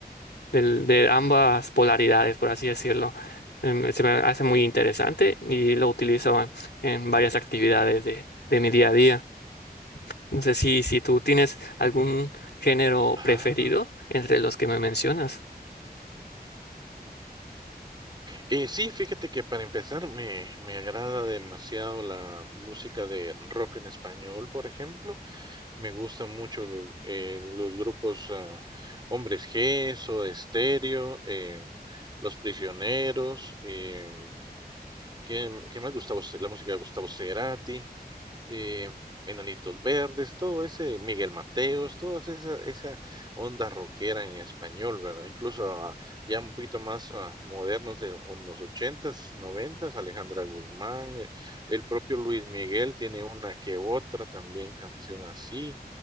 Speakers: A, on the left; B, on the right.
A: del- de ambas polaridades, por así decirlo. Em, se me hace muy interesante y lo utilizo en, en varias actividades de, de mi día a día. No sé si, si tú tienes algún género
B: ah,
A: preferido entre los que me mencionas.
B: eh, sí, fíjate que para empezar me me agrada demasiado la música de rock en español, por ejemplo, Me gustan mucho lo- eh, los grupos ah, Hombres G, Soda Stereo, eh, Los Prisioneros. Eh, ¿qué, qué más? Gustavo, Ce- la música de Gustavo Cerati, eh, Enanitos Verdes, todo ese, Miguel Mateos, toda esa, esa onda rockera en español, ¿verdad? Incluso ah, ya un poquito más ah, modernos de unos ochentas, noventas, Alejandra Guzmán, eh, el propio Luis Miguel tiene una que otra también canción así